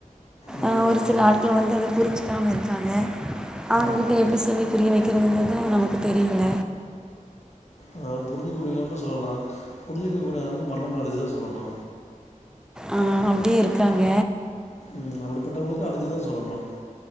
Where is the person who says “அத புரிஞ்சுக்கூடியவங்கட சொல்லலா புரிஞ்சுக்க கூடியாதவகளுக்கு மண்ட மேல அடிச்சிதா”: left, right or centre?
Left